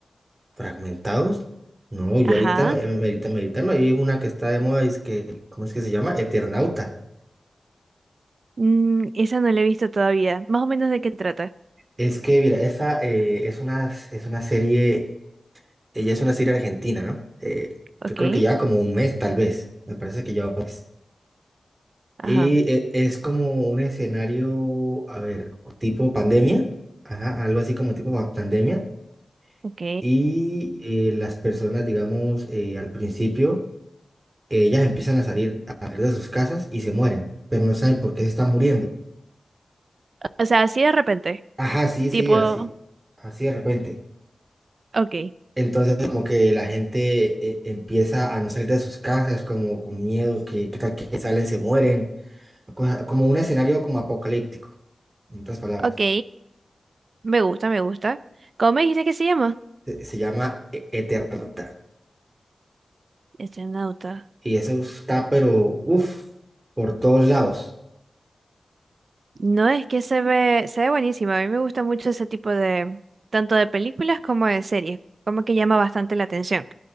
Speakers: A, on the right; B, on the right.
A: ¿Fragmentados? No, yo
B: Ajá.
A: ahorita me, me- ahorita, me, ahorita me vi una que está de moda, es que, ¿cómo es que se llama? Eternauta.
B: Mm, esa no la he visto todavía. Más o menos de qué trata.
A: Es que, mira, esa eh, es una, es una serie, ella es una serie argentina, ¿no? Eh, yo
B: Ok.
A: creo que lleva como un mes, tal vez. Me parece que lleva un mes.
B: Ajá.
A: Y eh, es como un escenario, a ver, tipo pandemia, ajá, algo así como tipo pa- pandemia.
B: Ok.
A: Y eh, las personas, digamos, eh, al principio ellas empiezan a salir, a salir de sus casas y se mueren, pero no saben por qué se están muriendo.
B: O sea, así de repente.
A: Ajá, sí,
B: Tipo,
A: sí, así, así de repente.
B: ok.
A: Entonces como que la gente eh, empieza a no salir de sus casas, como con miedo, que qué tal que salen, se mueren, cosa- como un escenario como apocalíptico, en otras palabras.
B: Ok. Me gusta, me gusta. ¿Cómo me dijiste que se llama?
A: Se, se llama E- Eternauta
B: Este nota.
A: y eso está, pero, uff, por todos lados.
B: No, es que se ve, se ve buenísima. A mí me gusta mucho ese tipo de, tanto de películas como de series, como que llama bastante la atención.